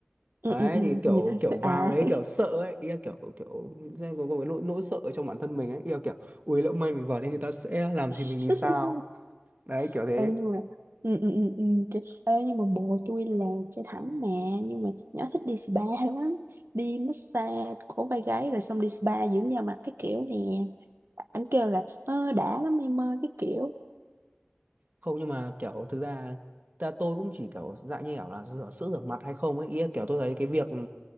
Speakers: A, on the right (about 70°); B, on the right (about 40°).
A: ừ,
B: đấy
A: ừ, ừ,
B: thì kiểu
A: nhìn <laughs>
B: kiểu vào
A: à
B: ấy kiểu sợ ấy ý là kiểu kiểu xem có, có cái nỗi nỗi sợ ở trong bản thân mình ấy ý là kiểu ui lỡ may mình vào đây người ta sẽ làm gì
A: <laughs>
B: mình thì sao đấy kiểu thế
A: Ê nhưng mà ừ, ừ, ừ, ừ. Chị- Ê nhưng mà bồ tôi là trai thẳng mà Nhưng mà nhỏ thích đi spa lắm Đi massage cổ vai gáy Rồi xong đi spa dưỡng da mặt cái kiểu nè Anh kêu là ờ, đã lắm em ơi Cái kiểu
B: không nhưng mà kiểu thực ra ta tôi cũng chỉ kiểu dạng như kiểu là rửa sữa rửa mặt hay không ấy ý là kiểu tôi thấy cái việc